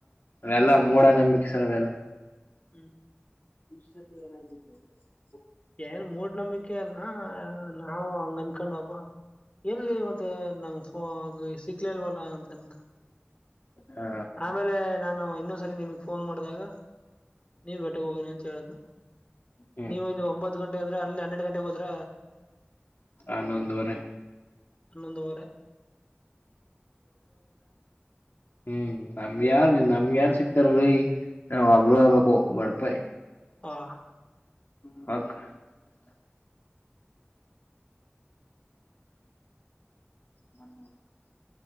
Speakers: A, on the left (about 60°); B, on the left (about 30°).
A: ಅವ್ ಎಲ್ಲ ಮೂಡ ನಂಬಿಕೆ ಸರ್ ಅವೆಲ್ಲ
B: ಹ್ಮ್
A: ವಿಶಕ್ಕೆನ <inaudible>
B: ಏನ್ ಮೂಡ್ ನಂಬಿಕೆ ಅಲ್ಲ ಹಾ ನಾವು ಅಂಗನ್ಕನ್ಡ್ವಪ ಎಲ್ಲಿ ಮತ್ತೆ ನನ್ ಫೋನ್ ಸಿಕ್ಲಿಲ್ವಲ್ಲ ಅಂತನ್ಕ
A: ಹ
B: ಆಮೇಲೆ ನಾನು ಇನ್ನೊ ಸರಿ ನಿಮ್ಗ್ ಫೋನ್ ಮಾಡ್ದಾಗ ನೀವ್ ಬೆಟಕ್ ಹೋಗನಿ ಅಂತ ಹೇಳುದು
A: ಹ್ಮ್
B: ನೀವ್ ಅದು ಅಂದ್ರೆ ಅಲ್ ಹನ್ನೆರ್ಡ್ ಗಂಟೆಗೆ ಹೋದ್ರ
A: ಹನ್ನೊಂದುವರೆ
B: ಹಾನೊಂದುವರೇ
A: ಹ್ಮ್ ನಮ್ಗೆ ಯಾರ್ ನಮ್ಗೆ ಯಾರ್ ಸಿಕ್ತಾರೀ ನಾವ್ ಒಬ್ರುೂ ಆಬೇಕು ಬಡ್ಪಾಯಿ
B: ಹಾ <unintelligible>
A: ಹ <unintelligible> ಮ ಮೂ <unintelligible>